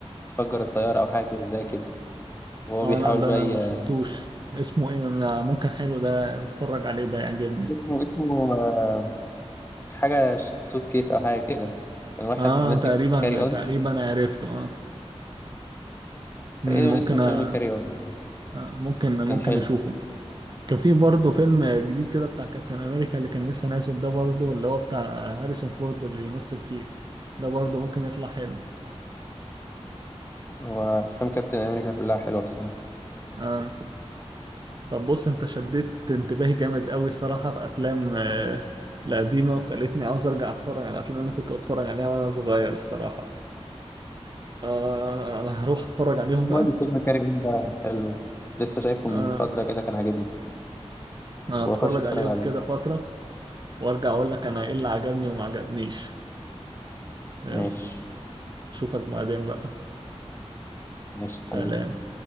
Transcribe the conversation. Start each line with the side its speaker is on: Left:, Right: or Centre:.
Left: يفجر الطيارة أو حاجة زي كده وهو
Right: اه
Left: بيحاول
Right: لا ده
Left: بقى
Right: انا
Left: ي...
Right: ما شفتوش اسمه ايه أنا ممكن حلو ده اتفرج عليه ده يعجبني
Left: اسمه اسمه آه، حاجة سوت كيس أو حاجة كده كان واحد
Right: اه
Left: ماسك
Right: تقريبا
Left: كاري أون
Right: تقريبا عرفته اه مم،
Left: تقريبا
Right: ممكن
Left: اسم الفيلم
Right: أ...
Left: كاري أون
Right: آه، ممكن ممكن
Left: كان حلو
Right: اشوفه كان في برضه فيلم جديد كده بتاع كابتن امريكا اللي كان لسه نازل ده برضه اللي هو بتاع هاريسون فورد اللي يمثل فيه ده برضه ممكن يطلع حلو
Left: هو أفلام كابتن أمريكا كلها حلوة بصراحة
Right: آه. طب بص انت شديت انتباهي جامد قوي الصراحة في افلام آه، القديمة وخلتني عاوز ارجع اتفرج على افلام اللي كنت بتفرج عليها وانا صغير الصراحة آه انا هروح اتفرج عليهم
Left: برضه
Right: بقى
Left: فيلم كاري أون ده حلو لسه شايفه
Right: آه
Left: من فترة كده كان عاجبني
Right: أنا
Left: وأخش
Right: هتفرج
Left: أتفرج
Right: عليهم
Left: عليه
Right: كده فترة وارجع اقول لك انا ايه اللي عجبني وما عجبنيش يلا
Left: ماشي
Right: اشوفك بعدين بقى
Left: ماشي
Right: سلام
Left: حبيبي